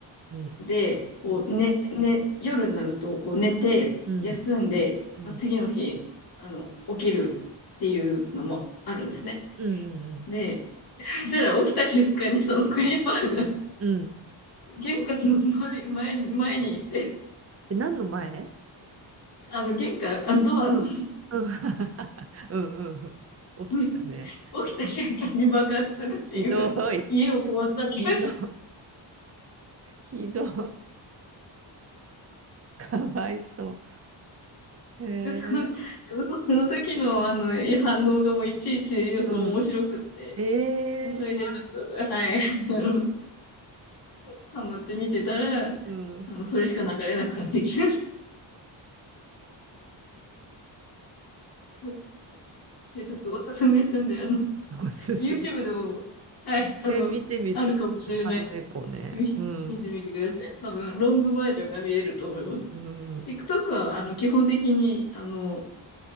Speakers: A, on the right (about 35°); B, on the left (about 55°).
A: うん、
B: で、こう、
A: うん、うん、
B: ね、ね、夜になると、こう、寝て、
A: うん、
B: 休んで、
A: うん、
B: まあ、次の日、あの、起きるっていうのもあるんですね。
A: うん、
B: でそしたら起きた瞬間にそのクリーパーが
A: うん、
B: 玄関の前、前、前にいて、
A: え、何の前
B: あの玄関、あのドアの
A: うん、うん、うん、うん、起きたね。
B: <laughs> 起きた瞬間に爆発するっていう、
A: ひどい、
B: 家を壊される。
A: ひどい、ひどい、かわいそう。へ
B: で、その、
A: え、
B: でもその時のあの反応がもういちいち、その面白くって、
A: うん、ええ、
B: もうそれでちょっと、はい、あの、ハマって見てたら、あ
A: うん。
B: の、それしか流れなくなってきて、<laughs> でちょっとおすすめなんで、あの、
A: 進む。
B: YouTube でも、はい、あの、
A: え見てみちょっとあの猫ね。
B: あるかもしれない。見見てみてください。
A: うん
B: 多分、ロングバージョンが見えると思います。
A: うん
B: TikTok は、あの、基本的に、あの、